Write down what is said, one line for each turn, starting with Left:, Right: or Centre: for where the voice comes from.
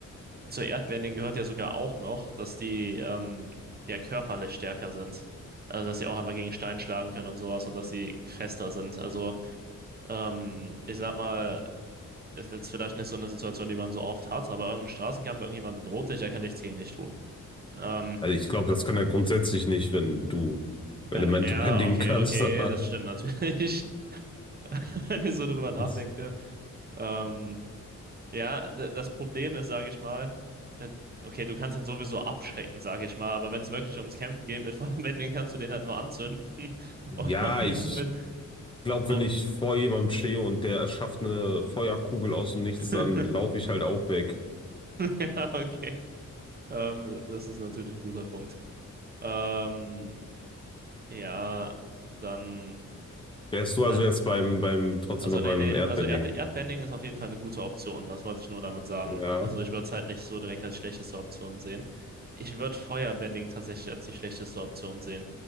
Right: zu Erdbending gehört ja sogar auch noch, dass die ähm, ja körperlich stärker sind. Also dass sie auch einmal gegen Stein schlagen können und sowas und dass sie fester sind. Also ähm, ich sag mal, ist jetzt vielleicht nicht so eine Situation, die man so oft hat, aber irgendein Straßenkampf, irgendjemand bedroht dich, der kann nichts gegen dich tun. Ähm,
Left: Also ich glaube, das kann er grundsätzlich nicht, wenn du
Right: wenn,
Left: Elemente
Right: ja,
Left: <laughs> bändigen
Right: okay,
Left: kannst.
Right: okay,
Left: Aber
Right: das stimmt natürlich, <laughs> wenn ich so drüber nachdenke.
Left: <laughs>
Right: Ähm, Ja, d- das Problem ist, sage ich mal, äh, okay, du kannst ihn sowieso abschrecken, sage ich mal, aber wenn es wirklich ums Kämpfen geht mit Feuerbändigen, <laughs> kannst du den halt nur anzünden. <laughs>
Left: ja,
Right: Und mit
Left: ich glaube,
Right: so.
Left: wenn ich vor jemandem stehe und der erschafft eine Feuerkugel aus dem Nichts,
Right: <laughs>
Left: dann laufe ich halt auch weg.
Right: Ja, okay. Ähm, das ist natürlich ein guter Punkt. Ähm, ja, dann,
Left: Wärst du also
Right: dann.
Left: jetzt beim, beim, trotzdem
Right: Also,
Left: noch
Right: nee,
Left: beim
Right: nee,
Left: Erdbending?
Right: also Erd Erdbending ist auf jeden Fall eine gute Option, das wollte ich nur damit sagen.
Left: Ja.
Right: Also, ich würde es halt nicht so direkt als schlechteste Option sehen. Ich würde Feuerbending tatsächlich als die schlechteste Option sehen,